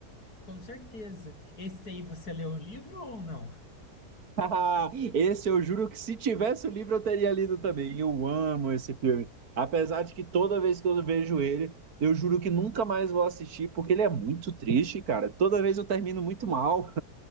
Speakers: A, on the left; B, on the right.
A: Com certeza. Esse aí você leu o livro ou não?
B: <laughs> Esse eu juro que se tivesse o livro eu teria lido também. Eu amo esse filme. Apesar de que toda vez que eu vejo ele, eu juro que nunca mais vou assistir, porque ele é muito triste, cara. Toda vez eu termino muito mal.